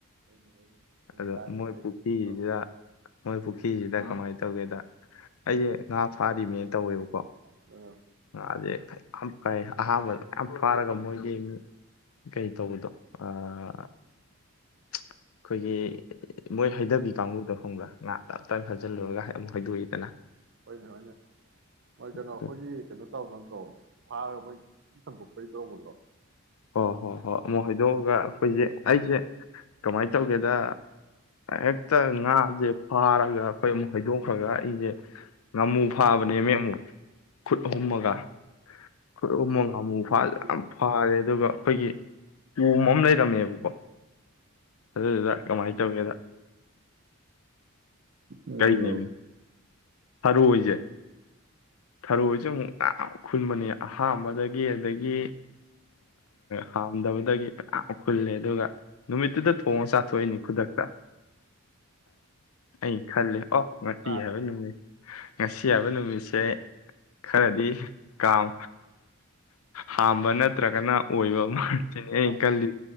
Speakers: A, on the right; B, on the left.
A: ꯍꯣꯏꯅꯦ ꯍꯣꯏꯅꯦ
B: ꯑꯗ
A: ꯅꯣꯏ ꯀꯥꯏ
B: ꯃꯣꯏ
A: ꯆꯠꯅꯔꯤꯒꯦꯗꯣ
B: ꯄꯨꯈ꯭ꯔꯤꯁꯤꯗ ꯃꯣꯏ ꯄꯨꯈ꯭ꯔꯤꯁꯤꯗ ꯀꯃꯥꯏꯅ ꯇꯧꯒꯦꯗ ꯑꯩꯁꯦ ꯉꯥ ꯐꯥꯔꯤꯅꯦꯅ ꯇꯧꯋꯦꯕꯀꯣ
A: ꯑꯥ
B: ꯉꯥꯁꯦ ꯀꯥꯏ ꯑꯍ ꯑ ꯐꯥꯔꯒ ꯃ ꯀ ꯀꯩ ꯇꯧꯕꯗꯣ ꯑ ꯑꯩꯈꯣꯏꯒꯤ ꯃꯣꯏ ꯍꯩꯊꯕꯤ ꯀꯥꯡꯕꯨꯗ ꯐꯪꯕ꯭ꯔꯥ ꯉ ꯇꯞ ꯇꯥꯅ ꯐꯥꯖꯤꯜꯂꯨꯔꯒ ꯑꯃꯨꯛ ꯍꯩꯗꯣꯛꯏꯗꯅ
A: ꯍꯣꯏꯅꯦ ꯍꯣꯏꯅꯦ ꯃꯣꯏ ꯀꯩꯅꯣ
B: ꯑꯗꯣ
A: ꯑꯩꯈꯣꯏꯒꯤ ꯀꯩꯅꯣ ꯇꯧ ꯅꯠꯇ꯭ꯔꯣ ꯐꯥꯔꯒ ꯃꯣꯏ ꯁꯟꯗꯣꯛꯄꯔꯤꯗꯒꯗ꯭ꯔꯣ
B: ꯑꯣ ꯍꯣ ꯍꯣꯏ ꯑꯃꯨꯛ ꯍꯥꯏꯗꯣꯛꯑꯒ ꯑꯩꯈꯣꯏꯁꯦ ꯑꯩꯁꯦ ꯀꯃꯥꯏꯅ ꯇꯧ ꯇꯧꯒꯦꯗ ꯍꯦꯛꯇ ꯉꯥꯁꯦ ꯐꯥꯔꯒ ꯑꯩꯈꯣꯏ ꯑꯃꯨꯛ ꯍꯩꯗꯣꯛꯈ꯭ꯔꯒ ꯑꯩꯁꯦ ꯉꯥꯃꯨ ꯐꯥꯕꯅꯦ ꯃ ꯑꯃꯨꯛ ꯈꯨꯠ ꯍꯣꯝꯃꯒ ꯈꯨꯠ ꯍꯣꯝꯃꯒ ꯑꯃꯨꯛ ꯐꯥ
A: ꯅꯣꯏ
B: ꯌꯥꯝ ꯐꯥꯔꯦ ꯑꯗꯨꯒ ꯑꯩꯈꯣꯏꯒꯤ ꯎ ꯃꯝ ꯂꯩꯗꯝꯃꯤꯕꯨꯣ ꯑꯗꯨꯗꯨꯗ ꯀꯃꯥꯏꯅ ꯇꯧꯒꯦꯗ
A: ꯀꯩꯗꯧꯔꯕ
B: ꯀꯩ ꯅꯃꯤ ꯁꯔꯨ ꯑꯣꯏꯖꯩ ꯊꯔꯣꯏꯁꯦ ꯑꯃꯨꯛ ꯃꯌꯥꯝ ꯈꯨꯟꯕꯅꯤ ꯑꯍꯥꯝꯕꯗꯒꯤ ꯑꯗꯒꯤ ꯍꯥꯥꯝꯗꯕꯗꯒꯤ ꯃꯌꯥꯝ ꯈꯨꯜꯂꯦ ꯑꯗꯨꯒ ꯅꯨꯃꯤꯠꯇꯨꯗ ꯊꯣꯡꯉꯒ ꯆꯥꯊꯣꯛꯏꯅꯤ ꯈꯨꯗꯛꯇ ꯑꯩ ꯈꯜꯜꯂꯤꯦ ꯑꯣ
A: ꯁꯨꯝ
B: ꯉꯇꯤ
A: ꯇꯥꯔꯦ
B: ꯍꯥꯏꯕ ꯅꯨꯃꯤꯃꯤꯠ ꯉꯁꯤ ꯌꯥꯕ ꯅꯨꯃꯤꯁꯦ ꯈꯔꯗꯤ ꯀꯝ ꯍꯥꯝꯕ ꯅꯠꯇ꯭ꯔꯒꯅ ꯑꯣꯏꯕ ꯃꯥꯇꯅꯦ ꯑ
A: ꯌꯥꯝ
B: ꯈꯜꯂꯤ